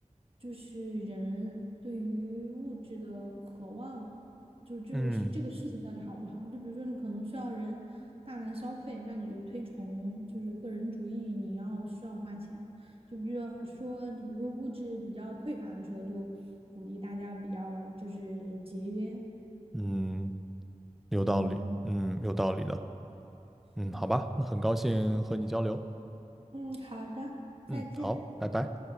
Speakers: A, on the right; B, in the centre.
A: 就是人对于物质的渴望。就是这个这个事情到底好不好？
B: 嗯
A: 就比如说你可能需要人大量消费，那你就推崇就是个人主义，你要需要花钱。就比如说，比如说物质比较匮乏的时候，就鼓励大家比较就是节约。
B: 嗯，有道理，
A: 嗯，
B: 嗯，有道理的，嗯，
A: 是的，
B: 好吧，那很高兴和你交流，
A: 嗯，好的，再见。
B: 嗯，好，拜拜。